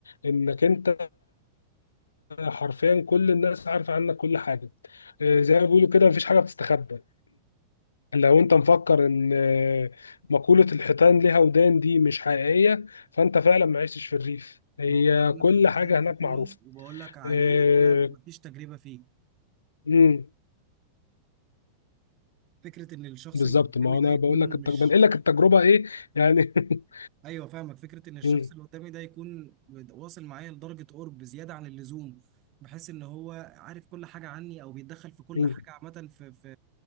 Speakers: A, on the left (about 70°); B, on the right (about 35°).
A: إنك أنت حرفيا كل الناس عارفة عنك كل حاجة آه، زي ما بيقولوا كده مفيش حاجة بتستخبى لو انت مفكر ان آه، مقولة الحيتان ليها ودان دي مش حقيقية فانت فعلا ما عشتش في الريف هي
B: إن هو ده اللي أنا
A: كل
B: كنت
A: حاجة
B: خايف
A: هناك
B: منه
A: معروفة
B: وبقول لك عليه
A: آه،
B: إن أنا مفيش تجربة فيه
A: امم
B: فكرة إن الشخص
A: بالظبط
B: اللي قدامي
A: ما
B: ده
A: انا
B: يكون
A: بقول لك التج...
B: مش
A: بنقل لك التجربة ايه يعني <laughs>
B: ايوه فاهمك فكره ان الشخص
A: مم،
B: اللي قدامي ده يكون واصل معايا لدرجه قرب زياده عن اللزوم بحس ان هو عارف كل حاجه عني او بيتدخل في كل
A: مم،
B: حاجه عامه في في